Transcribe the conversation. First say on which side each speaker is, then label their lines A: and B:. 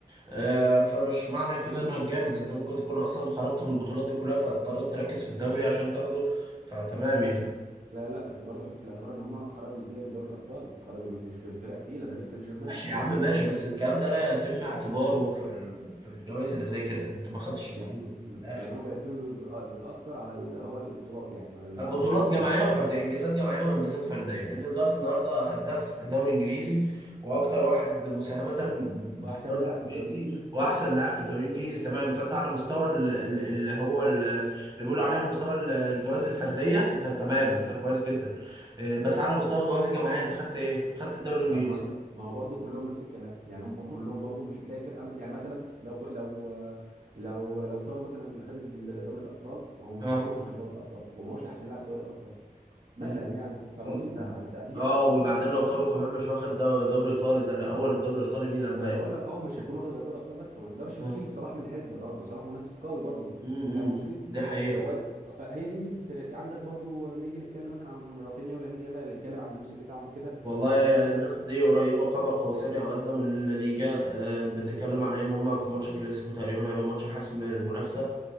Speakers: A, on the right (about 25°); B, on the right (about 60°).
A: آه، فمش معنى كده انك جامد انت ممكن تكون اصلا خرجت من البطولات دي كلها فاضطريت تركز في الدوري عشان تاخده فتمام يعني
B: لا لا بس برضه حط في الاعتبار ان هم خرجوا ازاي من دوري الابطال خرجوا من مش من فرقه تقيله باريس سان جيرمان
A: ماشي
B: وغير
A: يا عم ماشي
B: كده
A: بس الكلام ده لا يتم اعتباره في ال... في الجوائز اللي زي كده انت ما خدتش البطولة
B: يع-
A: من
B: مم.
A: الاخر
B: يعني هم بيعتمدوا ب- آه، بالاكتر على اللي هو البطولات يعني لان
A: بطولات
B: عدد البطولات
A: جماعيه
B: اللي جبتها
A: وفرديه
B: وكده.
A: انجازات جماعيه وانجازات فرديه انت دلوقتي النهارده هداف الدوري الانجليزي واكتر واحد مساهمه
B: واحسن
A: في الدوري
B: لاعب
A: الانجليزي
B: في الدوري الانجليزي
A: واحسن لاعب في الدوري الانجليزي تمام فانت على مستوى ال- ال- اللي هو ال- اللي بيقولوا عليها المستوى ال- الجوائز الفرديه انت تمام انت كويس جدا اه، بس على مستوى الجوائز الجماعيه انت خدت ايه خدت الدوري الانجليزي
B: طب ما انت ما هو برضه كلهم نفس الكلام يعني هم كلهم برضه مش هتلاقي فرقه مثلا يعني مثلا لو لو لو لو طاروا مثلا اللي خد الد- دوري الابطال ما هو مش
A: اه
B: هيكون واخد غير دوري الابطال وما هوش احسن لاعب في دوري الابطال مثلا
A: م-
B: يعني فبرضه
A: م-
B: انت هت- هتيجي
A: اه
B: هت...
A: وبعدين لو طاروا كمان مش واخد دو- دوري ايطالي ده اللي اول الدوري الايطالي ميلان
B: ما
A: باين
B: انا بقول لك اهو مش هيكون واخد غير دوري ابطال بس فما تقدرش
A: اه.
B: تشيل صلاح من الحسبه برضه صلاح منافس قوي برضه
A: م- م-
B: انت فاهم قصدي
A: م. دي حقيقة
B: آه، ولا فهي دي ميزه السنه دي عندك برضه نيجي نتكلم مثلا عن رافينيا ولامين يامال نتكلم عن الموسم بتاعهم كده
A: والله
B: هتلاقي مثلا
A: الناس دي قريبة قاب قوسين أو أدنى من الليجا آه، بتتكلم على إن هما في ماتش كلاسيكو تقريبا هيبقى ماتش حسم المنافسة